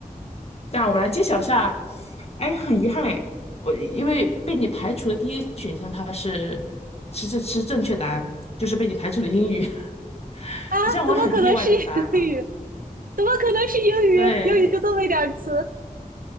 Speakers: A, on the left; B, on the right.
A: 那我们来揭晓一下，哎，很遗憾哎，我因为被你排除的第一个选项它是是这是正确答案，就是被你排除的英语，<laughs>
B: 啊，
A: 虽然我很意外这个答案啊，
B: 怎么可能是英语？怎么可能是英语？
A: 对，
B: 英语就这么一点儿词，